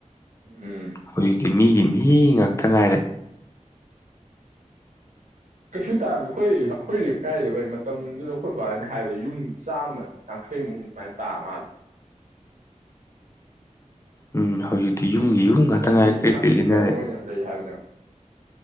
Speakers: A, on the right; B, on the left.
A: ꯎꯝ
B: ꯍꯧꯖꯤꯛꯇꯤ ꯃꯤꯒꯤ ꯃꯤ ꯉꯥꯛꯇ ꯉꯥꯏꯔꯦ
A: ꯀꯩꯁꯨ ꯇꯥꯔꯝꯗꯦ ꯈꯣꯏ ꯑꯈꯣꯏ ꯂꯩꯀꯥꯏ ꯚꯥꯏ ꯃꯇꯝꯗꯨꯗ ꯑꯈꯣꯏ ꯕꯥꯅ ꯍꯥꯏꯕꯗ ꯌꯨꯝ ꯆꯥꯝꯃ ꯌꯥꯡꯈꯩꯃꯨꯛ ꯑꯗꯨꯃꯥꯏꯅ ꯇꯥ ꯃꯥꯜꯂꯦ
B: ꯎꯝ ꯍꯧꯖꯤꯛꯇꯤ ꯌꯨꯝ ꯌꯨꯝꯒꯤ ꯉꯥꯛꯇ
A: ꯍꯥꯏꯗꯤ
B: ꯉꯥꯏꯔꯦ ꯀ꯭ꯔꯤꯛ ꯀ꯭ꯔꯤꯛ ꯏꯟꯅꯔꯦ
A: ꯀꯩꯅꯣ ꯑꯣꯏꯅ ꯂꯩ ꯍꯥꯏꯕꯅꯦꯕ